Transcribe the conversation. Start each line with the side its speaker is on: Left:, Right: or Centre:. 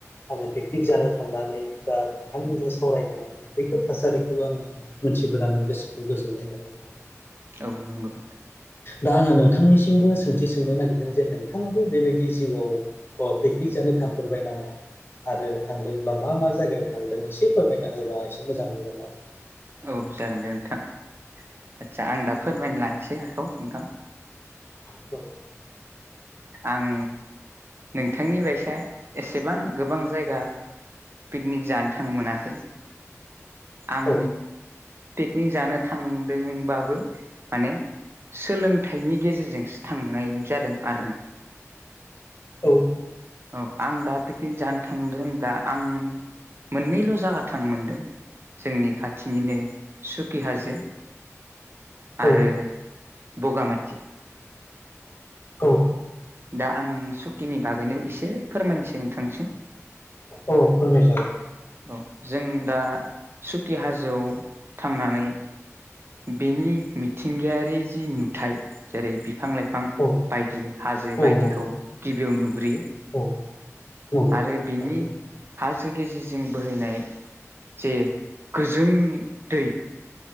Left: आङो बेख निग जानो थांनानै बा बिथांमोनजों सावरायबोनानै बैफोर थासारिखौ आङो मोनथिबोनाङै। गोसोखौ गोजोननाय मोनोआरो।
Right: औ नंगौ
Left: दा आङो नोंथांनिसिमबो सोंथिसोंनो नागिरदों जे नोंथाङाबो बेबायदि जिउआव बहा पिखनिक जानो। थांफेरबाय नामा। आरो थांदोंब्ला मा मा जायगायाव थांदों इसे फोरमायना होबा एसे मोजां मोनगोनआरो।
Right: औ जागोनदे नोंथां, आदसा आंदा फोरमायना लानोसै आखायाव नोंथां।
Left: <inaudible>
Right: आं नोंथांनि बायसा एसेबां गोबां जायगा। पिकनिकजानो थांनो मोनाखै आं
Left: औ
Right: पिकनि जानो थांदों बाबो माने सोलोंथाइनि गेजेरजोंसो थांनायजादों आरोना।
Left: औ।
Right: औ आं दा पिकनिक जानो थांदो होनब्ला आं। मोननैल' जागा थांनो मोनदों जोंनि खाथिनिनो सुब कि हाजो आरो
Left: औ
Right: बगामाति।
Left: औ
Right: दा आं सुकिनि बागैनो इसे फोरमायनोसै नोंथांनिसिम।
Left: औ फोरमायजागोन।
Right: औ जों दा सुकि हाजोवाव थांनानै बेनि मिथिंगायारि जि नुथाइ जेरै बिफां लाइफां
Left: औ
Right: बायदि। हाजो
Left: औ
Right: बायदिखौ
Left: नंगौ
Right: गिबियाव नुग्रोयो
Left: औ नंगौ नंगौ
Right: आरो
Left: थारैनो
Right: बेनि। हाजो गेजेजों बोहैनाय जे गोजोङ दै।